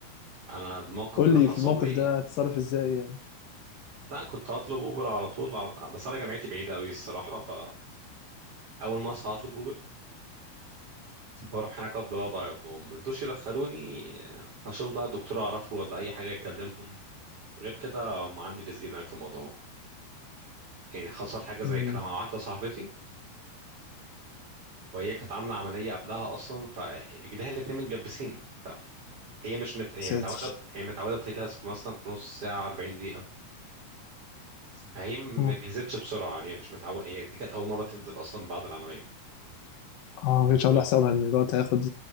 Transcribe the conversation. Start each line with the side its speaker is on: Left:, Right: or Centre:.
Right: انا الموقف
Left: قول
Right: اللي
Left: لي
Right: حصل
Left: في الموقف
Right: لي
Left: ده هتتصرف ازاي يعني
Right: لا كنت هطلب اوبر على طول ع- بس انا جامعتي بعيده قوي الصراحه ف اول ما اصحى هطلب اوبر واروح هناك افضل اقعد اعيط لهم مرضوش يدخلوني هشوف بقى دكتور اعرفه ولا اي حاجه يكلمهم غير كده هم عندي رزلين قوي في الموضوع يعني حصل حاجه زي
Left: مم،
Right: كده مع واحده صاحبتي وهي كانت عامله عمليه قبلها اصلا فرجليها الاتنين متجبسين فهي مش مت... هي
Left: ساتر
Right: متعوده هي متعوده بتجهز في مثلا في نص ساعه 40 دقيقه فهي ما
Left: اه
Right: جهزتش بسرعه هي مش متعوده هي دي كانت اول مره تنزل اصلا من بعد العمليه
Left: اه ما كنتش
Right: وال-
Left: عامل حسابها ان الوقت هياخد